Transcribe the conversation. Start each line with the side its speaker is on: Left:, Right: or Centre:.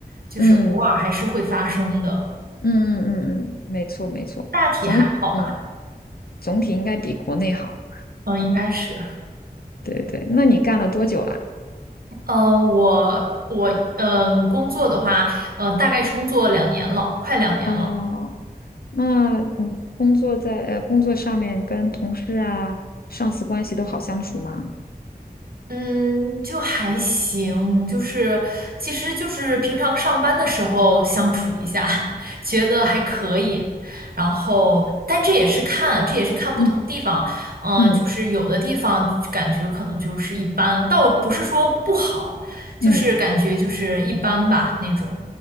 Right: 就是偶尔还是会发生的，
Left: 嗯嗯嗯嗯嗯，嗯没错没错，
Right: 大体还好吧，
Left: 总嗯总体应该比国内好。
Right: 嗯，应该是。
Left: 对对，那你干了多久啦？
Right: 嗯，我我嗯、呃工作的话，嗯、大概是工作两年了，快两年了。
Left: 哦，那你工作在呃工作上面跟同事啊、上司关系都好相处吗？
Right: 嗯，就还行，就是其实就是平常上班的时候相处一下，<laughs> 觉得还可以。然后，但这也是看，这也是看不同地方。
Left: 嗯
Right: 嗯，
Left: 嗯
Right: 就是有的地方感觉可能就是一般，倒不是说不好，就是感觉就是一般吧那种。
Left: 嗯